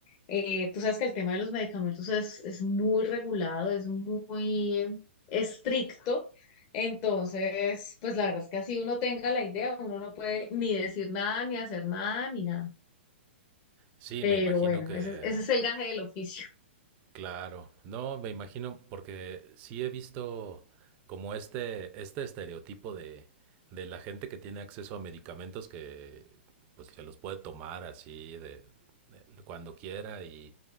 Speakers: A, on the left; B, on the right.
A: eh, tú sabes que el tema de los medicamentos es, es muy regulado, es muy eh, estricto. Entonces, pues la verdad es que así uno tenga la idea, uno no puede ni decir nada, ni hacer nada, ni nada.
B: Sí,
A: Pero
B: me imagino
A: bueno,
B: que
A: ese, es ese es el gaje del oficio.
B: Claro, no, me imagino, porque sí he visto como este, este estereotipo de, de la gente que tiene acceso a medicamentos que pues se los puede tomar así de, de- cuando quiera y,